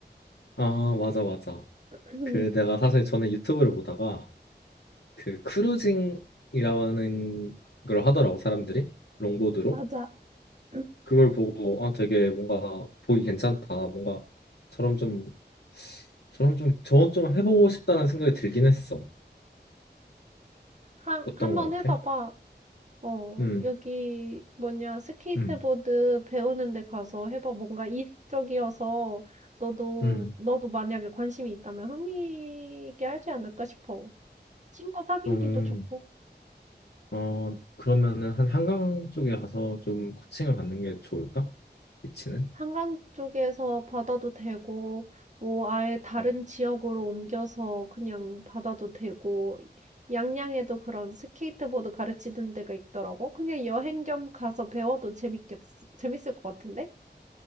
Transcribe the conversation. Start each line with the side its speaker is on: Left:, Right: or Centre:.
Left: 아 맞아 맞아.
Right: <clears throat>
Left: 그 내가 사실 전에 유튜브를 보다가 그 크루징이라는 걸 하더라고 사람들이 롱보드로
Right: 맞아. <clears throat>
Left: 그걸 보고 아 되게 뭔가 보기 괜찮다 뭔가 저럼 좀 저럼 좀 저건 좀 해보고 싶다는 생각이 들긴 했어.
Right: 한,
Left: 어떤
Right: 한번
Left: 것
Right: 해봐봐.
Left: 같아?
Right: 어,
Left: 음.
Right: 여기 뭐냐, 스케이트보드
Left: 음.
Right: 배우는 데 가서 해봐. 뭔가 이색적이어서 너도,
Left: 음.
Right: 너도 만약에 관심이 있다면 흥미 있게 하지 않을까 싶어. 친구 사귀기도
Left: 음.
Right: 좋고.
Left: 어, 그러면은 한 한강 쪽에 가서 좀 코칭을 받는 게 좋을까? 위치는?
Right: 한강 쪽에서 받아도 되고, 뭐 아예 다른
Left: 음.
Right: 지역으로 옮겨서 그냥 받아도 되고, 양양에도 그런 스케이트보드 가르치는 데가 있더라고. 그냥 여행 겸 가서 배워도 재밌겠, 재밌을 것 같은데?